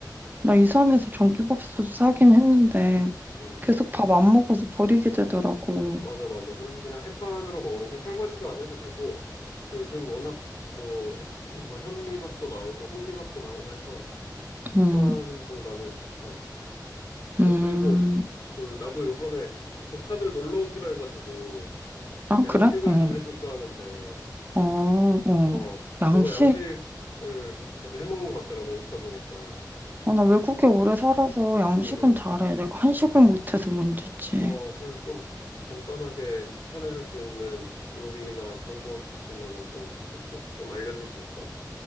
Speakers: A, on the right (about 25°); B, on the left (about 60°).
A: 나 이사하면서 전기밥솥 사긴 했는데,
B: 음,
A: 계속 밥 안 먹어서 버리게 되더라고.
B: 맞아, 맞아. 그래서 그냥 햇반으로 먹는 게 설거지도 안 해도 되고, 그리고 요즘 워낙 뭐, 햇, 뭐 현미밥도 나오고 흑미밥도 나오고 해서 햇반도
A: 음,
B: 나는 추천. 맞아.
A: 음,
B: 그리고 그, 나도 요번에 조카들 놀러 오기로 해가지고
A: 아,
B: 양식을
A: 그래? 어,
B: 좀 해줄까 하는데,
A: 어, 어.
B: 어,
A: 양식?
B: 너가 양식을 자주 해먹는 것 같더라고, 인스타 보니까.
A: 아, 나 외국에 오래 살아서 양식은
B: 응, 응.
A: 잘해. 내가 한식을 못해서 문제지.
B: 어, 그래서 좀 간단하게 추천해줄 수 있는 요리나 방법 있으면은 좀 추천, 좀 알려줄 수 있어?